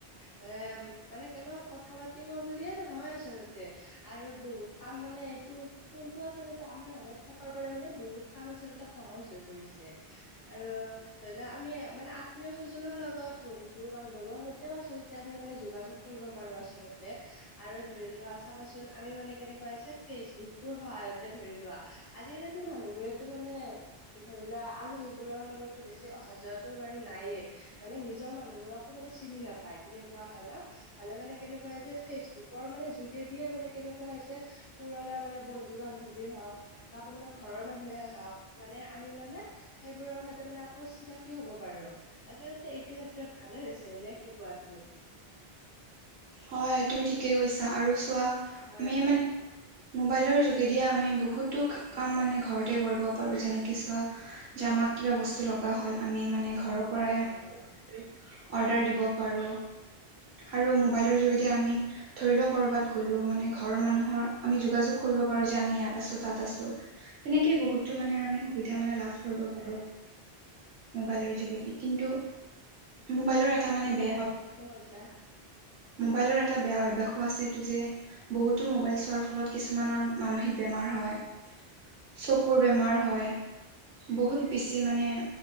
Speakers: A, on the left; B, on the right.
A: মানে, মানে কেৱল কথা পাতিব বুলিয়ে নহয় আচলতে। আৰু বহুত কাম মানে, এইটো ফোনটো আচলতে আমাৰ হাতত থকাৰ পৰা মানে, বহুত কাম আচলতে সহজ হৈ পৰিছে। আৰু ধৰি লোৱা আমি মানে আত্মীয় স্বজনৰ লগত, বন্ধু বান্ধৱৰ সৈতেও আচল তে আমি মানে, যোগাযোগ কৰিব পাৰো আচলতে। আৰু ধৰি লোৱা চাবাচোন, আমি মানে কেনেকুৱা হৈছে, ফেচবুকটোৰ সহায়তে ধৰি লোৱা। আজিকালিতো মানুহবোৰেতো মানে ধৰি লোৱা, আলহীবোৰৰ লগতো বেছি অহা যোৱাটো বাৰু নাইয়ে। মানে নিজৰ মানুহবোৰকো মানে, চিনি নাপায় তেনেকুৱা হয় ন'। হলে মানে কেনেকুৱা হয় যে ফেচবুক ৰ মানে যোগেদিয়ে, মানে কেনেকুৱা হৈছে, পুৰণা মানে বন্ধু বান্ধৱী হওক বা কোনোবা ঘৰৰ মানুহে হওক মানে আমি মানে সেইবোৰৰ সৈতে মানে আকৌ চিনাকি হ'ব পাৰো। আচলতে এইটো ক্ষেত্ৰত ভালে হৈছে, নে কি কোৱা তুমি?
B: হয় তুমি ঠিকেই কৈছা। আৰু চোৱা
A: হয়
B: আমি
A: হয়।
B: মানে মোবাইলৰ যোগেদিয়ে আমি বহুতো কাম মানে ঘৰতে কৰিব পাৰো যেনেক চোৱা যে আমাক কিবা বস্তু লগা হ'ল আমি মানে ঘৰৰ
A: হয়
B: পৰাই
A: হয়
B: মানে
A: হয়
B: অৰ্ডাৰ দিব পাৰো। আৰু মোবাইলৰ যোগেদি আমি ধৰি লোৱা কৰবাত গ'লো মানে ঘৰৰ মানুহৰ আমি যোগাযোগ কৰিব পাৰো যে আমি ইয়াত আছো তাত আছো, তেনেকে বহুতো মানে আমি সুবিধা মানে লাভ কৰিব
A: হয় হয়
B: পাৰো মবাইলৰ যোগেদি কিন্তু, মবাইলৰ এ টা মানে
A: হয় বাৰু
B: বেয়া
A: তুমি ঠিকে কৈছা
B: মোবাইলৰ এটা বেয়া অভ্যাসো আছে এইটো যে বহুতো মবাইল চোৱাৰ ফলত কিছুমানৰ মানসিক বেমাৰ হয়। চকুৰ বেমাৰ হয়, বহুত বেছি মানে